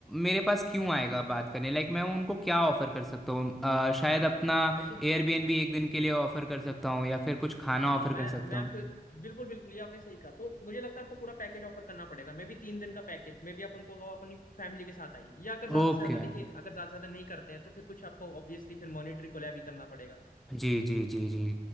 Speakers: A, in the centre; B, on the left.
A: मेरे पास क्यों आएगा बात करने लाइक मैं उनको क्या ऑफर कर सकता हूँ अ, शायद अपना
B: I
A: एयरबीएनबी
B: think
A: एक दिन के लिए ऑफर कर सकता हूँ या फिर कुछ खाना
B: हाँ
A: ऑफर
B: मैं
A: कर सकता
B: मैं
A: हूँ
B: आपको बिल्कुल बिल्कुल ये आपने सही कहा तो मुझे लगता है आपको पूरा पैकेज ऑफर करना पड़ेगा मे भी तीन दिन का पैकेज मे भी आप उनको कहो अपनी फैमिली के साथ आइए या अगर ज्यादा
A: ओके
B: से ज्यादा देखिए अगर ज्यादा से ज्यादा नहीं करते हैं तो फिर कुछ आपको ऑब्वियसली फिर मॉनिटरी कोलैब भी करना पड़ेगा
A: जी जी जी जी